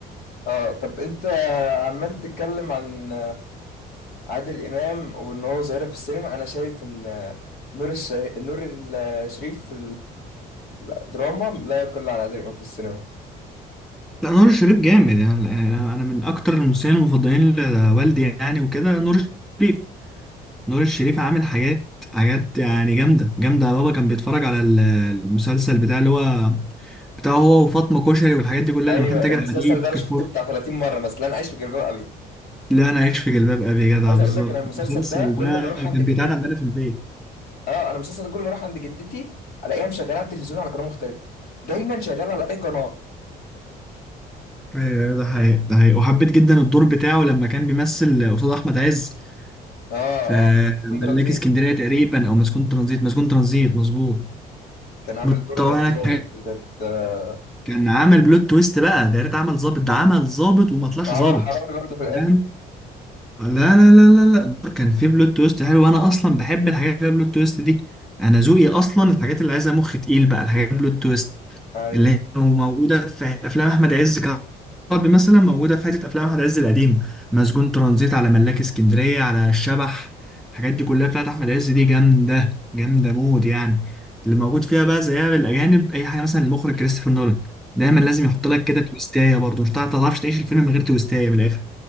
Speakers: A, on the left; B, in the centre.
A: اه طب انت عمال تتكلم عن عادل امام وان هو ظاهره في السينما انا شايف ان نور الش... نور الشريف في الدراما لا يقل عن عادل امام في السينما
B: لا نور الشريف جامد يعني يعني أنا يعني أنا من أكتر الممثلين المفضلين لوالدي يعني وكده نور الشريف نور الشريف عامل حاجات حاجات يعني جامدة جامدة بابا كان بيتفرج على ال- المسلسل بتاع اللي هو بتاع هو وفاطمة كشري والحاجات دي كلها
A: ايوه
B: لما كان تاجر
A: المسلسل
B: حديد
A: ده
B: كان
A: انا شفته بتاع 30 مره مثلا انا عايش في جلباب ابي
B: لا انا عايش في جلباب ابي يا جدع
A: عايز
B: بالظبط
A: اقول لك انا المسلسل
B: المسلسل
A: ده
B: ده
A: كل ما اروح
B: كان
A: عند جدتي
B: بيتعاد عندنا في البيت
A: اه انا المسلسل ده كل ما اروح عند جدتي الاقيها مشغله على التلفزيون على قناه مختلفه دايما شغاله على اي قناه
B: ايوه ده حقيقي ده حقيقي وحبيت جدا الدور بتاعه لما كان بيمثل قصاد احمد عز
A: اه
B: في
A: اه
B: ملاك
A: كنت رمزي
B: اسكندريه تقريبا او مسجون ترانزيت مسجون ترانزيت مظبوط
A: كان عامل
B: والتوهنا
A: دور ظابط كانت آه،
B: كان عمل بلوت تويست بقى ده يا ريت عمل ظابط ده عمل ظابط وما طلعش
A: عمل
B: ظابط
A: حرامي برضه في الاخر
B: ده لا لا لا لا لا دول كان في بلوت تويست حلو وانا اصلا بحب الحاجات اللي فيها بلوت تويست دي انا ذوقي اصلا الحاجات اللي عايزه مخ تقيل بقى الحاجات بلوت تويست
A: ايوه
B: اللي هي موجوده في افلام احمد عز كعربي مثلا موجوده في حته افلام احمد عز القديم مسجون ترانزيت على ملاك اسكندريه على الشبح الحاجات دي كلها بتاعت احمد عز دي جامده جامده مود يعني اللي موجود فيها بقى زيها بالاجانب اي حاجه مثلا المخرج كريستوفر نولان دايما لازم يحط لك كده تويستايه برضه مش هتعرف- تعرفش تعيش الفيلم من غير تويستايه بالاخر